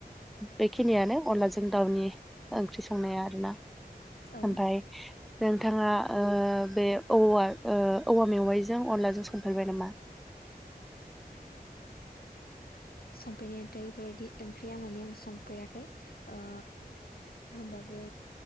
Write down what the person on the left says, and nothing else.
औ
संफेरनायाथ बेफोरबायदि ओंख्रिया माने आं संफेराखै ओ होमबाबो